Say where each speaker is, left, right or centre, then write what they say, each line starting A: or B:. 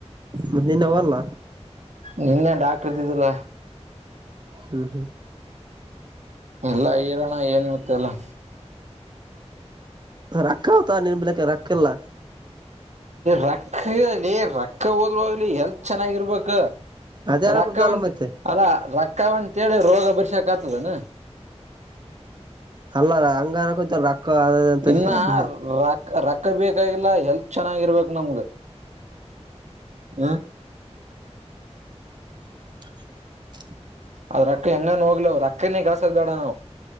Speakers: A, on the right; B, on the right.
A: ಮತ್ತೆ ನಿನ್ವ ಅಲ್ಲ
B: ನಿನ್ನೆ ಡಾಕ್ ಇದಿದ್ದಿಲ್ಲ
A: ಹ್ಮ್ ಹ್ಮ್
B: ಎಲ್ಲ ರೋಣ ಏನು ಚಲ
A: ರೊಕ್ಕ ಆತಾ ನಿನ್ ಬಿಳಕ್ಕೆ ರೊಕ್ಕ ಎಲ್ಲ
B: ರಕ್ಕಲಿ ರೊಕ್ಕ ಹೋದ್ಗ್ಲಿ ಎಲ್ ಚೆನ್ನಾಗಿರ್ಬೇಕ
A: ಅದೇ ಅನಕುಂತಲ್ಲ
B: ರಕ್ಕವಂತ
A: ಮತ್ತೆ
B: ಅಲ್ಲಾ ರಕ್ಕತವಂತೇಳಿ ರೋಗ ಬರ್ಸಕ್ ಆಗ್ತದನಾ
A: ಅಲ್ಲ ಅಂಗಾರಕ್ಕೂತಾರ ರಕ್ಕ ಅ ಅಂತಂತರ
B: ಇನ್ನ
A: ಅ
B: ರಕ್ ರೊಕ್ಕ ಬೇಕಾಗಿಲ್ಲ ಹೆಲ್ತ್ ಚೆನ್ನಾಗಿರ್ಬೇಕು ನಮ್ಗ ಹ್ಮ
A: <inaudible>
B: ಅದ್ ರೊಕ್ಕ ಹೆಂಗಾನ ಹೋಗ್ಲ ರೊಕ್ಕನೇ ಕೆಳಸದ ಬೇಡ ನಾವವು